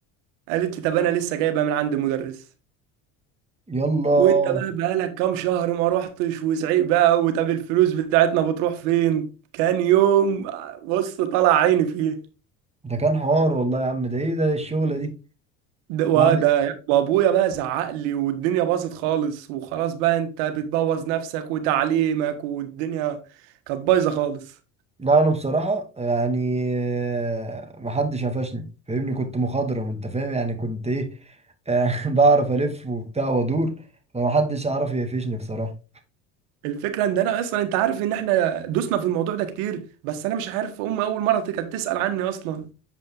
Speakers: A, on the right (about 75°); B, on the right (about 15°).
A: قالت لي طب انا لسه جايبها من عند المدرس
B: يلا
A: وانت بقى بقالك كام شهر ما روحتش وزعيق بقى وطب الفلوس بتاعتنا بتروح فين كان يوم بص طلع عيني فيه
B: ده كان حوار والله يا عم ده ايه ده الشغله
A: ده وده
B: دي
A: وابويا بقى زعق لي والدنيا باظت خالص وخلاص بقى انت بتبوظ نفسك وتعليمك والدنيا كانت بايظه خالص
B: لا انا بصراحه يعني آه، محدش قفشني فاهمني كنت مخضرم انت فاهم يعني كنت ايه آه، <laughs> بعرف الف وبتاع وادور فمحدش عارف يقفشني بصراحه
A: الفكره ان انا اصلا انت عارف ان احنا دوسنا في الموضوع ده كتير بس انا مش عارف امي اول مره كانت تسال عني اصلا